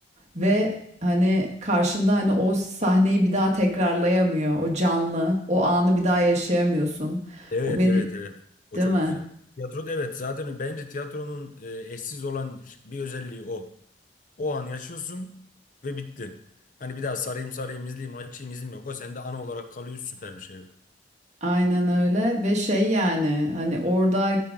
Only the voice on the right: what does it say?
Ve hani karşında hani o sahneyi bir daha tekrarlayamıyor. O canlı, o anı bir daha yaşayamıyorsun.
O beni,
değil
mi?
Aynen öyle ve şey yani hani orada